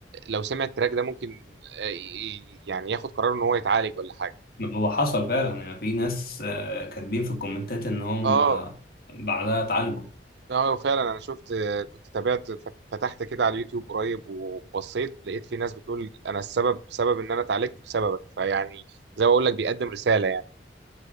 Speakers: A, on the right; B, on the left.
A: لو سمع التراك ده ممكن آه، ي- ي- يعني ياخد قرار ان هو يتعالج ولا حاجه
B: هو حصل فعلا يعني في ناس آه، كاتبين في الكومنتات ان هم
A: اه
B: آه، بعدها اتعالجوا
A: اه فعلا انا شفت كنت تابعت فتحت كده على اليوتيوب قريب وبصيت لقيت في ناس بتقول انا السبب سبب ان انا اتعالجت بسببك فيعني زي ما اقول لك بيقدم رسالة يعني